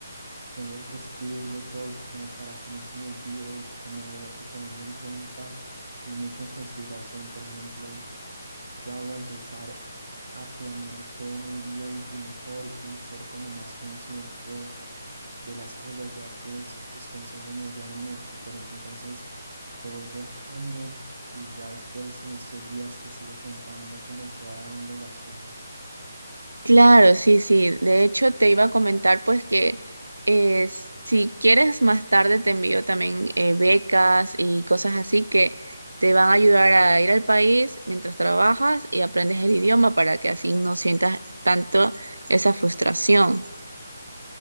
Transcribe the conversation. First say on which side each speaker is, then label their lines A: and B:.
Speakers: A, on the right (about 65°); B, on the right (about 80°).
A: Tengo que escribirlo todo como para que no se me olvide y como voy a tenerlo en cuenta y mucho en consideración. Por ejemplo, ya voy a empezar a planear todo muy bien y mejor y ser como más consciente de las cosas, ya que es- tus consejos me ayudaron mucho. Pero entonces te voy dejando y ya después en estos días te sigo contando cómo se va dando las cosas.
B: Claro, sí, sí. De hecho, te iba a comentar pues que eh, si quieres más tarde te envío también eh, becas y cosas así que te van a ayudar a ir al país mientras trabajas y aprendes el idioma para que así no sientas tanto esa frustración.